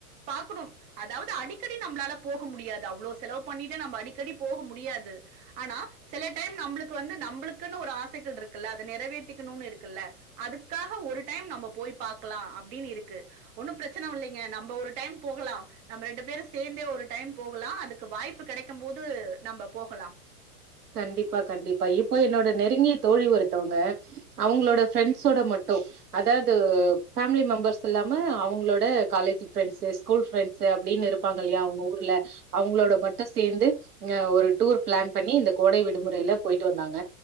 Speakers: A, on the right (about 20°); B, on the right (about 85°).
A: பாக்கணும் அதாது அடிக்கடி நம்மளால போக முடியாது அவ்ளோ செலவு பண்ணிட்டு நம்ம அடிக்கடி போக முடியாது ஆனா சில டைம் நம்மளுக்கு வந்து நம்மளுக்குன்னு ஒரு ஆசைகள் இருக்குல்ல அத நிறைவேத்திக்கணும்னு இருக்குல்ல அதுக்காக ஒரு டைம் நம்ம போய் பாக்கலாம் அப்டின்னு இருக்கு ஒன்னும் பிரச்சனை இல்லங்க நம்ம ஒரு டைம் போகலாம் நம்ம ரெண்டு பேரும் சேந்தே ஒரு டைம் போகலாம் அதுக்கு வாய்ப்பு கிடைக்கும் போது நம்ம போகலாம்
B: கண்டிப்பா கண்டிப்பா இப்போ என்னோட நெருங்கிய தோழி ஒருத்தோங்க அவங்களோட ஃப்ரெண்ட்ஸ் ஒட மட்டும் அதாது ஃபேமிலி மெம்பர்ஸ் இல்லாம அவங்ளோட காலேஜ் ஃப்ரெண்ட்ஸ் ஸ்கூல் ஃபிரண்ட்ஸ் அப்டின்னு இருப்பாங்க இல்லயா அவங்க ஊர்ல அவங்களோட மட்டும் சேர்ந்து இங்க ஒரு டூர் பிளான் பண்ணி இந்த கோடை விடுமுறையில போயிட்டு வந்தாங்க